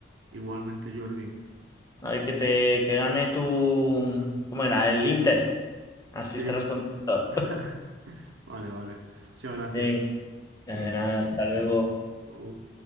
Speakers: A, on the right; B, on the left.
A: Igualmente, Jordi.
B: A ver, que te que gane tu... ¿Cómo era? El Inter. Así
A: Sí,
B: estarás contento.
A: <laughs> vale, vale. Muchas
B: <laughs>
A: gracias.
B: Venga, de
A: Venga.
B: nada, hasta luego.
A: luego.